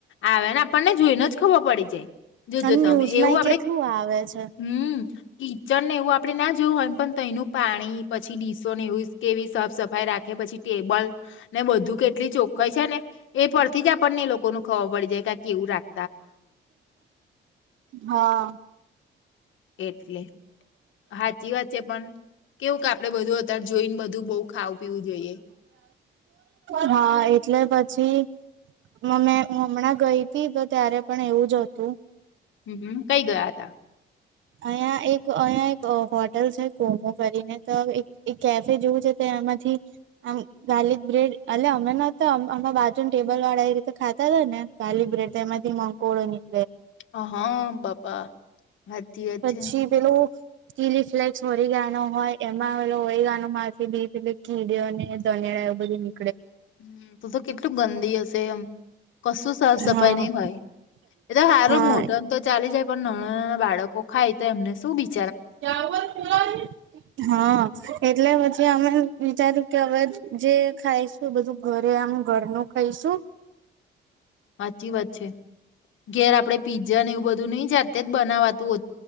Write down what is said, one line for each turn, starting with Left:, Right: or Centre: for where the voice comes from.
Left: આવે ને આપણને જોઈને જ ખબર પડી જાય જોજો
Right: અને
Left: તમે
Right: ન્યૂઝમાં
Left: એવું આપડે
Right: એ કેટલું આવે છે
Left: હમ કિચન ને એવું આપણે ના જોયું હોયમ પણ તોનું પાણી પછી ડીસો ને એવીું કેવી સાફ સફાઈ રાખે પછી ટેબલ ને બધું કેટલી ચોખ્ખઈ છે ને એ પરથી આપણને એ લોકો ન ખબર પડી જાય કે આ કેવું રાખે
Right: હા
Left: એટલે હાચી વાત છે પણ કેવું કે આપડે બધું અત્યારે જોઈને બધું બહ ખાવું પીવું જોઈએ.
Right: હા એટલે પછી મમે હમણાં ગઈ હતી તો ત્યારે પણ એવું જ હતું.
Left: હમ્મ કઈ ગયા હતા
Right: અહિયાં એક અહીયાયા એક હોટેલ છે કોમો કરીને તો કેફે જેવું છે. એમાંથી આમ ગાર્લિક બ્રેડ એલે અમે ન અ બાજુને ટેબલ વાળા એ રીતે ખા લીલા હતા ને કાલી બ્રેટ એમાંથી મકોળો નીકળ્-
Left: હ હા બાપા હાચી વાત
Right: પછી
Left: છે
Right: પેલુ ચિલી ફ્લેક્સ ઔળીગાનો હોય એમાં ઔણગાનો માથી બી પેલે કીડીઓ ને ધનિયા એ બધી
Left: હ તો તો કેટલું ગંદી હશે એમ કશું સાફ સફાઈ
Right: હા
Left: નહી હોય. એ તો સારું
Right: હા
Left: મોટા ન તો ચાલી જાય પણ નાના નાના બાળકો ખાય તો એમને શું બીચ
Right: <unintelligible> હા એટલે બધ કે અમે વિચાર્યું કે હવે જે ખાઈશું એ બધું ઘરે આમ ઘરનું ખાઈશું. <inaudible>
Left: સાચી વાત છે. ઘેર આપડે પીઝ્ઝા ને એવું બધું નહી જાતે જ બનાવાતું ઓ